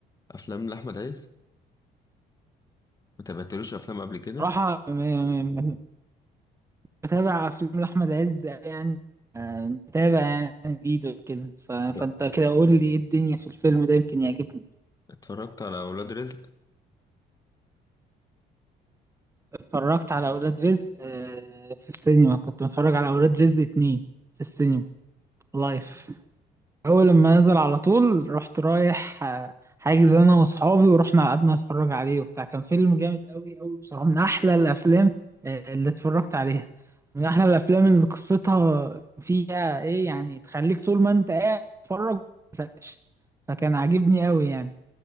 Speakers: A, on the left; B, on the right.
A: افلام لاحمد عز ما تابعتلوش افلام قبل كده
B: صراحة م- م- م- بتابع أفلام لأحمد عز يعني متابع يعني جديد وكده ف- فأنت
A: لا.
B: كده قول لي إيه الدنيا في الفيلم ده يمكن يعجبني
A: اتفرجت على اولاد رزق
B: اتفرجت على أولاد رزق آه، في السينما كنت بتفرج على أولاد رزق اتنين في السينما لايف أول لما نزل على طول رحت رايح آه، حاجز أنا وأصحابي ورحنا قعدنا نتفرج عليه وبتاع كان فيلم جامد أوي أوي بصراحة من أحلى الأفلام آه، اللي اتفرجت عليها من أحلى الأفلام اللي قصتها فيها إيه يعني تخليك طول ما أنت قاعد تتفرج ما تزهقش فكان عاجبني أوي يعني